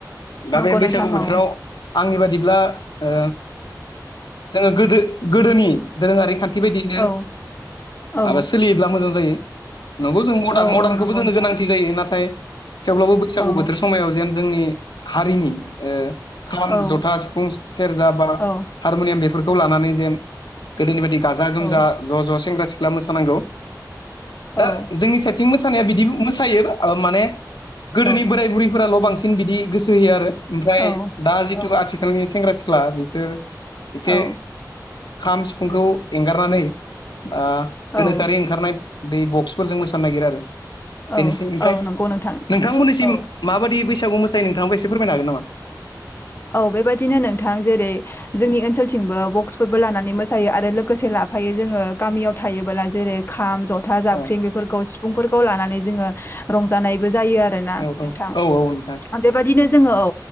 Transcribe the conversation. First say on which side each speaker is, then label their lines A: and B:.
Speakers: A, on the left; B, on the left.
A: दा
B: नंगौ
A: बे बैसागु
B: नोंथां
A: बोथोराव
B: औ
A: आंनि बादिब्ला ओ जोङो गोदो गोदोनि दोरोङारि खान्थि बायदियैनो
B: औ औ
A: माबा सोलियोब्ला मोजां जायो नंगौ जों मदार्न
B: औ
A: मदार्नखौबो
B: औ नंगौ
A: जोंनो
B: नोंथां
A: गोनांथि जायो नाथाय थेवब्लाबो बैसागु
B: औ
A: बोथोर समायाव जेन जोंनि हारिनि ओ खाम
B: औ
A: जथा सिफुं सेरजा बा
B: औ
A: हारमुनियाम बेफोरखौ लानानै जेन गोदोनि बायदि गाजा गोमजा
B: औ
A: ज' ज' सेंग्रा सिख्ला मोसानांगौ
B: औ
A: दा जोंनि सायथिं मोसानाया बिदि मोसायो माने गोदोनि
B: औ
A: बोराय बुरैफोराल' बांसिन बिदि गोसो होयो आरो ओमफ्राय
B: औ
A: दा जिथु
B: औ
A: आथिखालनि सेंग्रा सिख्ला बिसोर एसे
B: औ
A: खाम सिफुंखौ एंगारनानै आ
B: औ
A: गोनोखोआरि ओंखारनाय बे बक्सफोरजों मोसानो नागिरो आरो
B: औ
A: बेनोसै ओमफ्राय
B: औ नंगौ नोंथां
A: नोंथांमोननिसिम
B: औ
A: माबायदि बैसागु बैसागुआव मोसायो नोंथांआबो एसे फोरमाय हागोन नामा?
B: औ बेबादिनो नोंथां जेरै जोंनि ओनसोलथिंबो बक्सफोरबो लानानै मोसायो आरो लोगोसे लाफायो जोङो गामियाव थायोबोला जेरै खाम, ज था, जाबख्रिं
A: औ
B: बेफोरखौ सिफुंफोरखौ लानानै जोङो रंजानायबो जायो आरोना
A: औ औ
B: नोंथां।
A: औ औ नोंथां
B: बेबादिनो जोङो औ